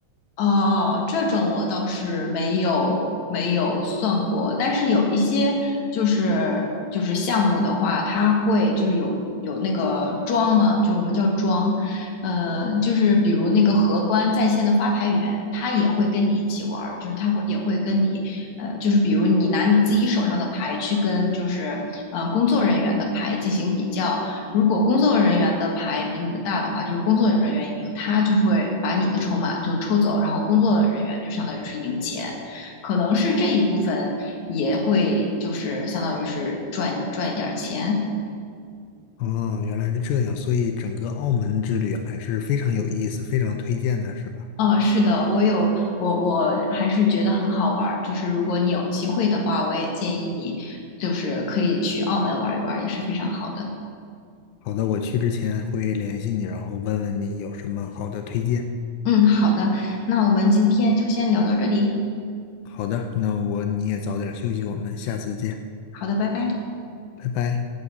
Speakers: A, on the left (about 55°); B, on the left (about 85°).
A: 哦，这种我倒是没有没有算过，但是有一些就是就是项目的话，它会就是有有那个庄嘛，就我们叫庄，呃，就是比如那个荷官在线的发牌员，他也会跟你一起玩儿，就是他会也会跟你，呃，就是比如你拿你自己手上的牌去跟就是呃工作人员的牌进行比较。如果工作人员的牌比你的大的话，就是工作人员赢，他就会把你的筹码就抽走，然后工作人员就相当于是赢钱，可能是这一部分也会就是相当于是赚赚一点钱。
B: 哦，原来是这样，所以整个澳门之旅还是非常有意思，非常推荐的，是吧？
A: 哦，是的，我有我我还是觉得很好玩儿，就是如果你有机会的话，我也建议你就是可以去澳门玩一玩，也是非常好的。
B: 好的，我去之前会联系你，然后问问你有什么好的推荐。
A: 嗯，好的，那我们今天就先聊到这里。
B: 好的，那我你也早点休息，我们下次见，
A: 好的，拜拜。
B: 拜拜。